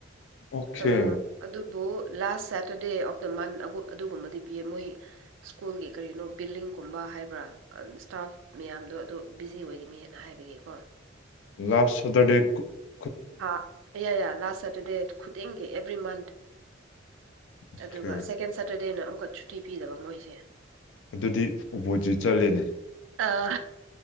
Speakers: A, on the left (about 70°); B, on the right (about 80°).
A: ꯑꯣꯀꯦ
B: ꯑꯥ ꯑꯗꯨ__ ꯕꯨ ꯂꯥꯁ ꯁꯦꯇꯔꯗꯦ ꯑꯣꯐ ꯗꯥ ꯃꯟ ꯑꯥꯎꯒꯨ ꯑꯗꯨꯒꯨꯝꯕꯗꯤ ꯄꯤꯌꯦ ꯃꯣꯏ ꯁ꯭ꯀꯨꯜꯒꯤ ꯀꯔꯤꯅꯣ ꯕꯤꯜꯂꯤꯡꯒꯨꯝꯕ ꯍꯥꯏꯕ꯭ꯔꯥ ꯑꯥ ꯁ꯭ꯇꯥꯐ ꯃꯌꯥꯝꯗꯣ ꯑꯗꯨ ꯕꯤꯖꯤ ꯑꯣꯏꯒꯅꯤꯅ ꯍꯥꯏꯕꯒꯤꯀꯣ
A: ꯂꯥꯁ ꯁꯇꯔꯗꯦ ꯀꯨꯠ__
B: ꯍꯥ ꯏꯌꯥ ꯌꯥ ꯂꯥꯁ ꯁꯇꯔꯗꯦ ꯈꯨꯗꯤꯡꯒꯤ ꯑꯦꯚ꯭ꯔꯤ ꯃꯟꯠ
A: ꯑꯣꯀꯦ
B: ꯑꯗꯨꯒ ꯁꯦꯀꯦꯟ ꯁꯇꯔꯗꯦꯅ ꯑꯃꯨꯛꯀ ꯁꯨꯇꯤ ꯄꯤꯗꯕ ꯃꯣꯏꯁꯦ
A: ꯑꯗꯨꯗꯤ ꯑꯣꯄꯣꯖꯤꯠ ꯆꯠꯂꯦꯅꯦ
B: ꯑꯥ